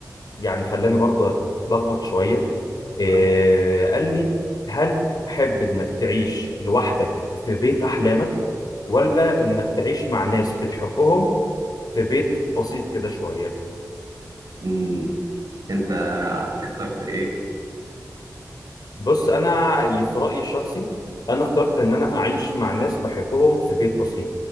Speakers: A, on the left; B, on the right.
A: يعني خلاني برضو أتلخبط شوية آه،
B: نعم.
A: قال لي هل تحب إنك تعيش لوحدك في بيت أحلامك ولا إنك تعيش مع ناس بتحبهم في بيت بسيط كده شوية
B: مم. انت اخترت ايه؟
A: بص انا في رايي الشخصي انا اخترت
B: اه
A: ان انا اعيش مع ناس بحبهم في بيت بسيط